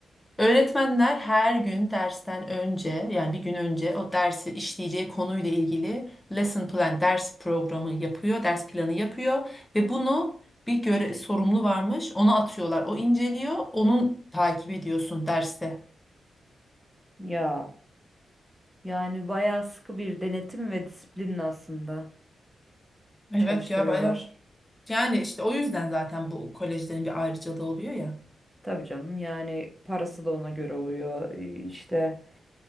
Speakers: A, on the left; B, in the centre.
A: Öğretmenler her gün dersten önce yani bir gün önce o dersi işleyeceği konuyla ilgili lesson plan ders programı yapıyor, ders planı yapıyor ve bunu bir göre sorumlu varmış ona atıyorlar. O inceliyor, onun takip ediyorsun derste.
B: ya yani bayağı sıkı bir denetim ve disiplin aslında
A: Evet
B: çalıştırıyorlar.
A: ya baya. Yani işte o yüzden zaten bu kolejlerin bir ayrıcalığı oluyor ya.
B: Tabii canım yani parası da ona göre oluyor e, işte.